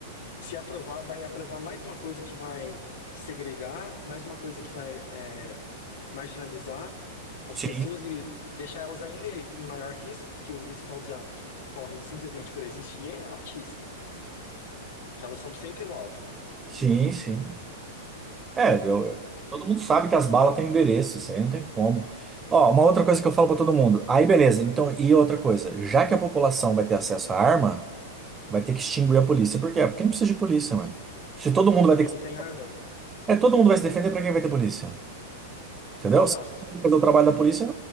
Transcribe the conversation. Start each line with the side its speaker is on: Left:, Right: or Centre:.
Left: se aprovar, vai aprovar mais uma coisa que vai segregar, mais uma coisa que vai é, marginalizar as
Right: Sim,
Left: pessoas e deixar elas ainda em maior risco, porque o risco que elas já correm simplesmente por existir é altíssimo, que elas são sempre o alvo,
Right: sim, sim. É, eu-
Left: né?
Right: todo mundo sabe que as balas têm endereço, isso aí não tem como. Ó, uma outra coisa que eu falo para todo mundo. Aí, beleza. Então, e outra coisa, já que a população vai ter acesso à arma Vai ter que extinguir a polícia. Por quê? Porque não precisa de polícia, mano. Se todo mundo
Left: Todo
Right: vai É. ter
Left: mundo
Right: que.
Left: tem arma?
Right: É, todo mundo vai se defender, pra quem vai ter polícia? Entendeu?
Left: Exato,
Right: Se fazer o trabalho da polícia,